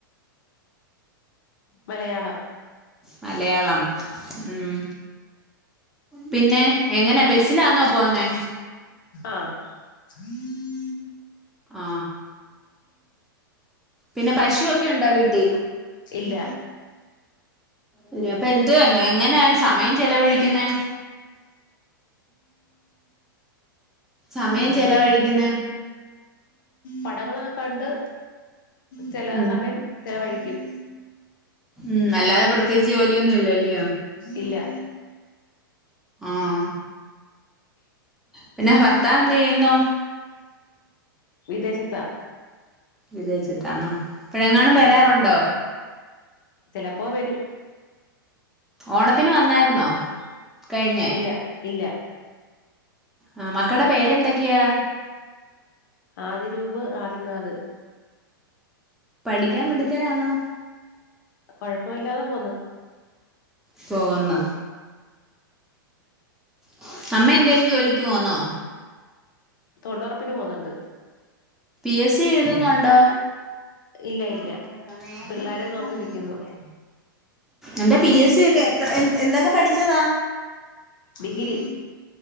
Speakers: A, on the left; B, in the centre.
A: മലയാളം
B: മലയാളം ഉം പിന്നെ എങ്ങനെ ബസ്സിലാന്നോ പോന്നെ
A: ആ ഉ
B: ആ പിന്നെ പശുയൊക്കെ ഉണ്ടോ വീട്ടിൽ
A: ഇല്ല
B: അല്ല അപ്പൊ എന്തുവോ എങ്ങനാ സമയം ചെലവഴിക്കുന്നെ സമയം
A: ആഹ്
B: ചെലവഴിക്കുന്ന
A: പടങ്ങളൊക്കെ കണ്ട് ചില
B: ഉം
A: സമയം ചിലവഴിക്കും
B: ഉം അല്ലാതെ പ്രത്യേകിച്ച് ജോലിയൊന്നുമില്ലല്ലോ
A: ഇല്ല
B: ആഹ പിന്നെ ഭർത്താവ് എന്ത് ചെയ്യുന്നു
A: വിദേശത്താ
B: വിദേശത്താന്നോ ഇപഴെങ്ങാനും
A: ആ
B: വരാറുണ്ടോ
A: ചിലപ്പോ വരും
B: ഓണത്തിന് വന്നായിരുന്നോ കഴിഞ്ഞേ
A: ഇല്ല ഇല്ല
B: ആ മക്കടെ പേരെന്തൊക്കെയാ
A: ആദിരൂപ് ആദിനാഥ്
B: പഠിക്കാൻ മിടുക്കരാണോ
A: കൊഴപ്പമില്ലാതെ പോണ്
B: പോന്ന ഉ അമ്മ എന്തേലും ജോലിക്ക് പോന്നോ
A: തൊഴിലുറപ്പിന് പോന്നുണ്ട്
B: പി എസ് സി എഴുതുന്നുണ്ടോ
A: ഇല്ല
B: <unintelligible>
A: ഇല്ല
B: നേരെ
A: പിള്ളാരെ
B: ഫോണോന്ന്
A: നോക്കി നിക്കുന്നു
B: വിളിക്കാൻ എന്റെ പി എസ് സി ഒക്കെ എത്ര എ എന്തൊക്കെ പഠിച്ചതാ
A: ഡിഗ്രി